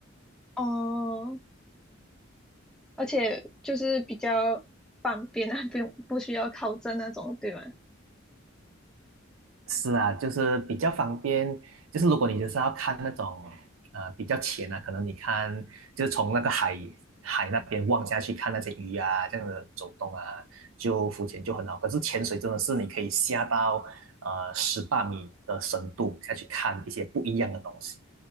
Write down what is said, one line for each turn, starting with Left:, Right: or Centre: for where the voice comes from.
Centre: 哦。而且就是比较方便啊，<laughs> 不用不需要考证那种，对吗？
Right: 是啊，就是比较方便。就是如果你就是要看那种呃比较浅啊，可能你看就是从那个海海那边望下去看那些鱼啊，这样的走动啊，就浮潜就很好。可是潜水真的是你可以下到呃十八米的深度下去看一些不一样的东西。